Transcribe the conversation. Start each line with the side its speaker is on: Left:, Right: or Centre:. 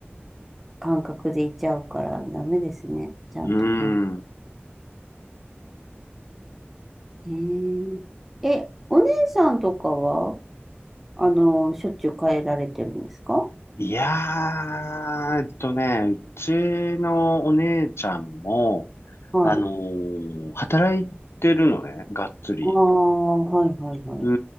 Centre: 感覚でいちゃうからダメですね。ちゃんとかん。
Left: うん。
Centre: えー、え、お姉さんとかは、あの、しょっちゅう帰られてるんですか
Left: いやー、えっとね、うちのお姉ちゃんも、
Centre: はい。
Left: あのー働いてるのね、がっつり。
Centre: ああ、はいはいはい。
Left: う